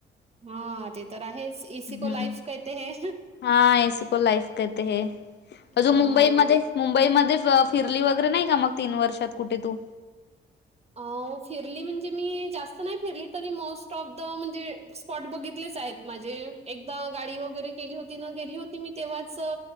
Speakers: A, on the right; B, on the left.
A: हा ते तर आहेच... इसी
B: हम्म
A: को लाईफ कहते हैं.
B: हा एसीको लाईफ केहते हैं... अजून
A: हां.
B: मुंबईमध्ये मुंबईमध्ये फिरली वगैरे नाही का मग... तीन वर्षात कुठे तू?
A: अं फिरली म्हणजे मी... जास्त नाही फिरली... तरी मोस्ट ऑफ द... म्हणजे स्पॉट बघितलेच आहेत माझे. एकदा गाडी वगैरे केली होती ना... गेली होती मी... तेव्हाच